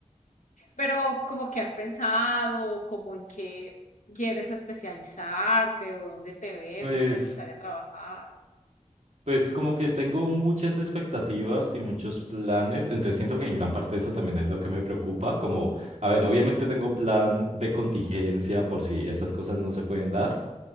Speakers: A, on the left; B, on the right.
A: Pero como que has pensado, como en qué quieres especializarte o dónde te ves,
B: Pues,
A: dónde te gustaría trabajar,
B: pues como que tengo muchas expectativas y muchos planes, entonces siento que en gran parte eso también es lo que me preocupa, como, a ver, obviamente tengo plan de contingencia por si esas cosas no se pueden dar,